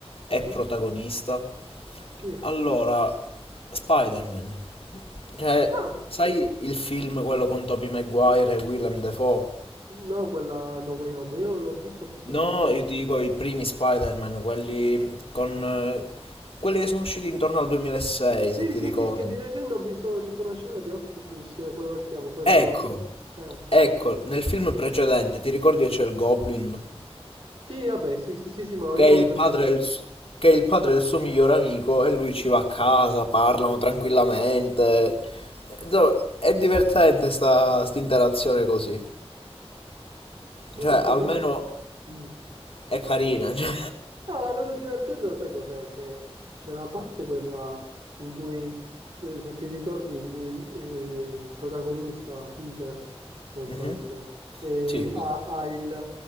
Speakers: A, on the left; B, on the right.
A: e
B: Mhm.
A: protagonista?
B: Chi?
A: Allora, Spider-Man. Cioè,
B: Ah,
A: sai il film quello con Tobey Maguire e Willem Dafoe?
B: no, quella No Way Home, io non l'ho visto, ho visto
A: No,
B: solo...
A: io ti dico i primi Spider-Man, quelli con eh, quelli che sono usciti intorno al 2006,
B: Sì,
A: se ti
B: sì,
A: ricordi.
B: sì, che di recente ho visto tipo una scena di Octopus, quello si chiama, quello...
A: Ecco,
B: no, Eh.
A: ecco, nel film precedente ti ricordi che c'è il Goblin,
B: Sì, vabbè, sì, sì, sì, sì, ma ricordo
A: che è il padre
B: che era... Sì,
A: del, s- che è il padre del suo miglior amico e lui
B: sì.
A: ci va a casa, parlano
B: sì, sì,
A: tranquillamente. Do- È divertente sta interazione così.
B: Però
A: Cioè,
B: perché...
A: almeno
B: Mm.
A: è carina. <laughs> cioè.
B: No, la cosa divertente, sai cos'è? Che c'è la parte quella in cui, te- se ti ricordi, in cui il, eh, il protagonista, Peter, se non sbaglio
A: Mhm.
B: si chiama, eh,
A: Sì, Peter.
B: ha, ha il, eh,